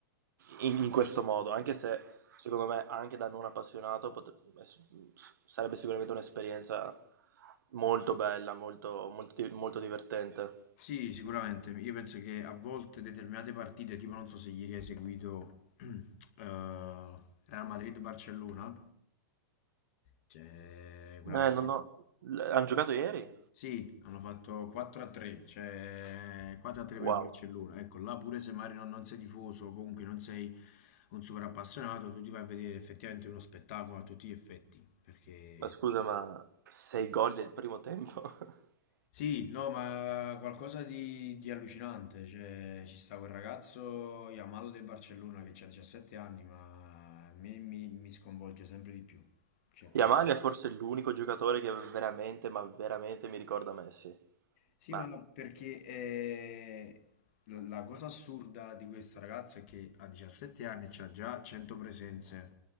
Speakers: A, on the right; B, on the left.
A: in, in questo modo, anche se secondo me anche da non appassionato pot- es- sarebbe sicuramente un'esperienza molto bella, molto, molto, di- molto divertente.
B: Sì, sicuramente. Io penso che a volte determinate partite, tipo non so se ieri hai seguito <clears throat> eh, Real Madrid-Barcellona, cioè quella
A: Eh,
B: partita.
A: non ho- l- hanno giocato ieri?
B: Sì, hanno fatto 4-3, cioè 4-3
A: Wow,
B: per il Barcellona. Ecco, là pure se magari non, non sei tifoso, comunque non sei un super appassionato, tu ti vai a vedere effettivamente uno spettacolo a tutti gli effetti, perché
A: ma scusa, ma sei gol del primo tempo? <laughs>
B: Sì, no, ma qualcosa di, di allucinante. Cioè, ci sta quel ragazzo Yamal del Barcellona che ha 17 anni, ma a me mi, mi sconvolge sempre di più. Cioè, fa
A: Yamal è forse l'unico giocatore che veramente, ma veramente mi ricorda Messi.
B: Sì,
A: Ma
B: ma no, perché eh, la la cosa assurda di questa ragazza è che a 17 anni c'ha già 100 presenze